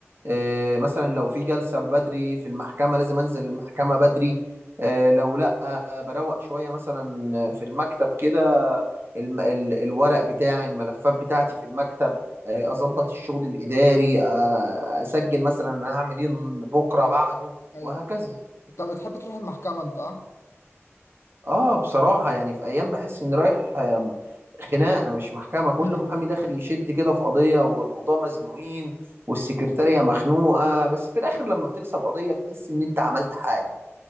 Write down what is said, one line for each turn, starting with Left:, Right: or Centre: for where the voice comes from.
Right: آه مثلا لو في جلسة بدري في المحكمة لازم انزل المحكمة بدري آه لو لا آه بروق شوية مثلا في المكتب كده الم ال الورق بتاعي الملفات بتاعتي في المكتب آه اظبط الشغل الاداري
Left: ايوه
Right: آه اسجل مثلا انا هعمل ايه بكرة بعده
Left: ايوه
Right: وهكذا
Left: انت بتحب تروح المحكمة انت ها
Right: اه بصراحة يعني في ايام بحس اني رايح آم، خناقة مش محكمة كل
Left: <laughs>
Right: محامي داخل يشد كده في قضية والقضاة مزنوقين والسكرتارية مخنوقة بس في الاخر لما بتكسب قضية بتحس ان انت عملت حاجة